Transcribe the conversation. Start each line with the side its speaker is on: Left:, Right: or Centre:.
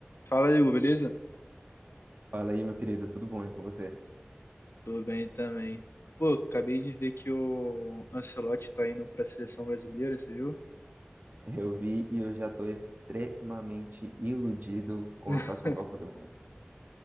Left: Fala, Igor, beleza?
Right: Fala aí, meu querido, tudo bom aí com você?
Left: Tô bem também. Pô, acabei de ver que o Ancelotti tá indo pra seleção brasileira, você viu?
Right: Eu vi e eu já tô extremamente iludido com
Left: <laughs>
Right: a próxima Copa do Mundo.